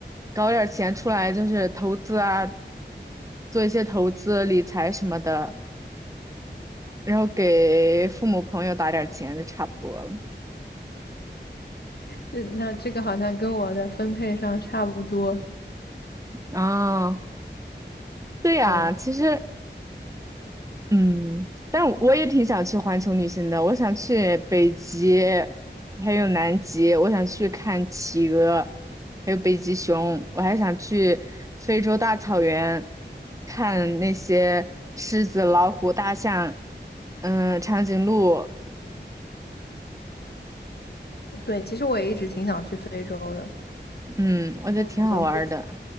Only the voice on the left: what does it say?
那那这个好像跟我的分配上差不多。
对
对，其实我也一直挺想去非洲的，
我可能会。